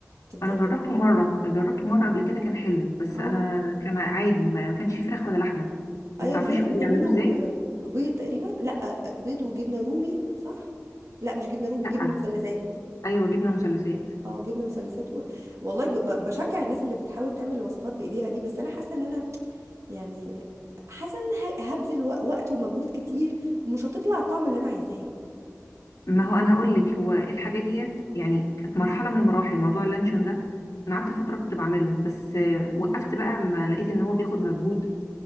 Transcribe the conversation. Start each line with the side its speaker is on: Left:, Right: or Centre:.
Right: تفضل
Left: انا جربته مره جربته مره قبل كده كان حلو بس
Right: اه
Left: انا كان عادي ما ما كانش فيه فراخ ولا لحمه ما
Right: ايوه
Left: تعرفيش
Right: ده في ناس
Left: هو
Right: بتعمله
Left: بيعملوه ازاي
Right: ب... ببيض تقريبا لا بيض وجبنه رومي صح لا مش جبنه رومي
Left: لا
Right: جبنه مثلثات
Left: ايوه جبنه مثلثات
Right: اه جبنه مثلثات و... والله ب... ب- بشجع الناس اللي بتحاول تعمل الوصفات بايديها دي بس انا حاسه ان انا يعني حاسه ان انا ه- هبذل و... وقت ومجهود كتير ومش هتطلع الطعم اللي انا عايزاه
Left: ما هو انا هقول لك هو الحاجه ديت يعني كانت مرحله من المراحل موضوع اللانشون ده انا قعدت فتره كنت بعمله بس آه، وقفت
Right: مم.
Left: بقى ما لقيت ان هو بياخد مجهود